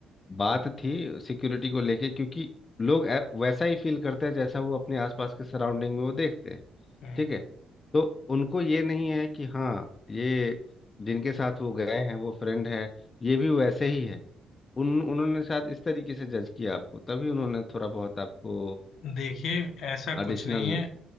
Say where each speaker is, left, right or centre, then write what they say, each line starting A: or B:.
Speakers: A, on the left; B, on the left.
A: बात थी सिक्योरिटी को लेके क्योंकि लोग ऐ- वैसा ही फील करते हैं जैसा वो अपने आसपास के सराउंडिंग में वो देखते हैं
B: हम्म
A: ठीक है तो उनको ये नहीं है कि हाँ ये जिनके साथ वो गए हैं वो फ्रेंड है ये भी वैसे ही है उन उन्होंने शायद इस तरीके से जज किया आपको तभी उन्होंने थोड़ा बहुत आपको
B: देखिए ऐसा
A: एडिशनल
B: कुछ नहीं है